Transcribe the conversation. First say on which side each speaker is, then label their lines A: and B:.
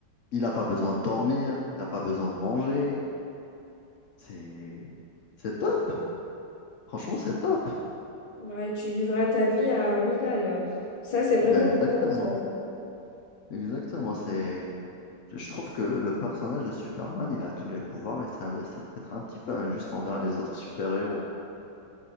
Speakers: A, on the left; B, on the left.
A: il n'a pas besoin de dormir, il n'a pas besoin de manger. C'est c'est top. Franchement, c'est top.
B: Ouais, tu vivras ta vie à 1000 à l'heure. Ça, c'est vraiment
A: Mais exactement.
B: le bon sens.
A: Exactement. C'est je je trouve que le personnage de Superman, il a tous les pouvoirs et c'est un- c'est peut-être un petit peu injuste envers les autres super-héros.